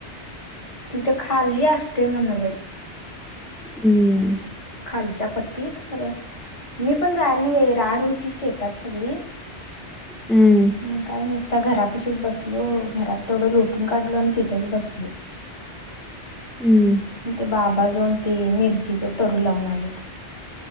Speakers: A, on the left; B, in the centre.
A: तिथं खाली असते म्हण बाई.
B: हम्म.
A: खालच्या पट्टी येत खरं मी पण जायल बाई राड होती शेतात सगळी.
B: हम्म.
A: मग काय नुसता घरापशीच बसलो घरात थोडं लोटून काढलो आणि तिथंच बसलो.
B: हम्म.
A: मंग ते बाबा जाऊन ते मिरचीचे तरू लावून आलेत.